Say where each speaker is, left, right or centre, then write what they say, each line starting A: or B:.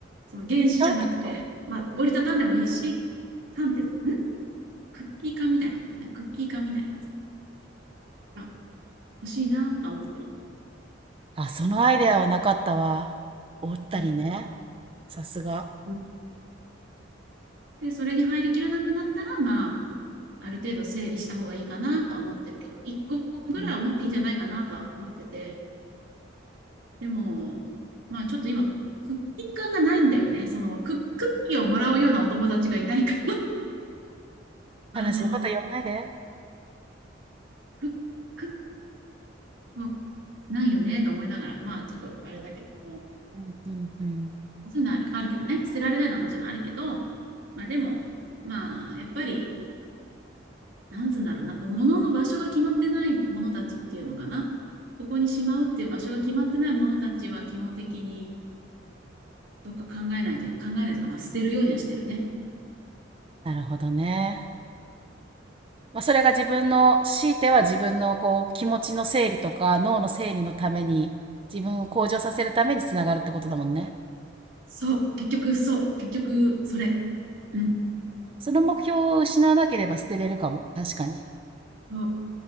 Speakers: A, on the right; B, on the right.
A: その原子じゃなくて、
B: リットルってこと？
A: まあ、折りたたんでもいいし、缶って、んクッキー缶みたいなことね。クッキー缶みたいなやつが欲しいなと思ってる。
B: あ、そのアイデアはなかったわ。おったりね、
A: う
B: さすが。
A: んで、それに入りきらなくなったら、まあ、ある程度整理した方がいいかなとは思ってるけど、1個ぐらいは持っていいんじゃないかなとは思ってて、
B: うん。
A: でも、まあちょっと今、クッキー感がないんだよね。そのク、クッキーをもらうようなお友達がいないから
B: 悲しいこと言わないで。
A: <laughs> あの、クッ、クッもないよねと思いながら、まあちょっとあれだけども、
B: うん、うん、うん。
A: そういうのある、あるけどね、捨てられないのはもちろんあるけど、まあでも、まあやっぱり、なんつうんだろうな、こう、物の場所が決まってないものたちっていうのかな。ここにしまうっていう場所が決まってないものたちは基本的にどっか考えないと、考えないとか、まあ、捨てるようにはしてるね。
B: なるほどね。まあ、それが自分の強いては自分のこう、気持ちの整理とか、脳の整理のために、自分を向上させるために繋がるってことだもんね。
A: そう、結局、そう、結局、それ。うん、
B: その目標を失わなければ捨てれるかも、確かに。
A: そう、